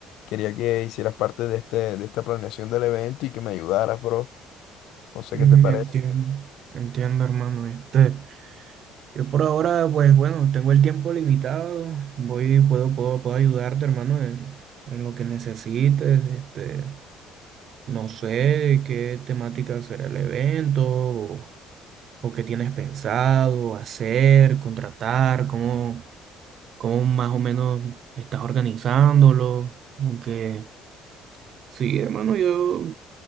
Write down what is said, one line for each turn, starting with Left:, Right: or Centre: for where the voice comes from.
Left: Quería que hicieras parte de este, de esta planeación del evento y que me ayudaras, bro. No sé
Right: Mm,
Left: qué te parece.
Right: Entiendo, entiendo, hermano. Este, yo por ahora, pues bueno, tengo el tiempo limitado. Voy, puedo, puedo, puedo ayudarte, hermano, en, en lo que necesites, este. No sé qué temática será el evento o, o qué tienes pensado hacer, contratar, cómo, cómo más o menos estás organizándolo. Aunque sí, hermano, yo